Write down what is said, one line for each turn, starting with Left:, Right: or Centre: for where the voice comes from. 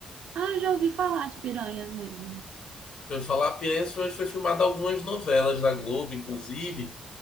Right: Ah, já ouvi falar de piranhas mesmo.
Left: Eu ia falar, Piranhas foi onde foi filmada algumas novelas da Globo, inclusive.